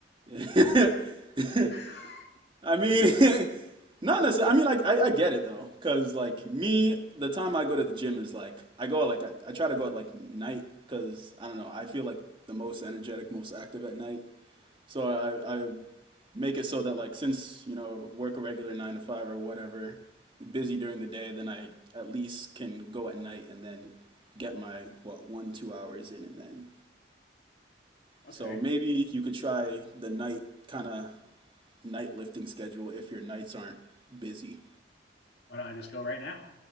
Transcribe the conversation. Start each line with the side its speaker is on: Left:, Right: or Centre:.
Right: that yeah
Left: <laughs>
Right: <laughs> I mean, <laughs> not necessarily. I mean, like I, I get it though, because like me, the time I go to the gym is like I go like I, I try to go at like night because I don't know. I feel like the most energetic, most active at night. So I I make it so that like since you know work a regular nine to five or whatever, busy during the day, then I at least can go at night and then get my what one two hours in and then.
Left: okay.
Right: So maybe you could try the night kind of night lifting schedule if your nights aren't busy.
Left: why don't I just go right now?